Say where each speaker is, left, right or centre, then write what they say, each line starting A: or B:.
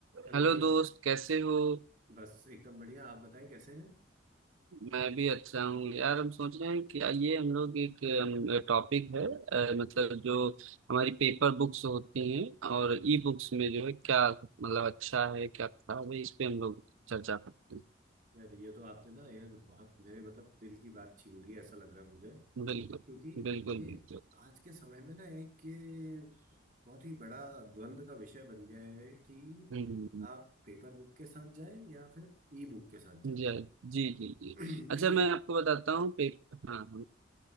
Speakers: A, on the right; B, on the right.
A: Hello
B: Hello
A: भाई
B: दोस्त कैसे हो
A: बस एकदम बढ़िया आप बताएं कैसे हैं
B: मैं भी अच्छा हूँ यार हम सोच रहे हैं कि आइए हम लोग एक टॉपिक है अ, मतलब जो हमारी पेपर बुक्स होती हैं और ई बुक्स में जो है क्या मतलब अच्छा है क्या खराब है इस पे हम लोग चर्चा करते
A: यार ये तो आपने ना यार बहुत मेरे मतलब दिल की बात छीन ली ऐसा लग रहा है मुझे
B: हैं बिल्कुल
A: क्योंकि
B: बिल्कुल
A: ये
B: बिल्कुल
A: आज के समय में ना एक ये बहुत ही बड़ा द्वंद का विषय बन गया है कि
B: हम्म
A: आप पेपर बुक के साथ जाएं या फिर ई बुक के साथ
B: जी
A: जाएं <clears throat>
B: जी जी जी
A: देखिए
B: अच्छा मैं आपको बताता हूँ पेपर हाँ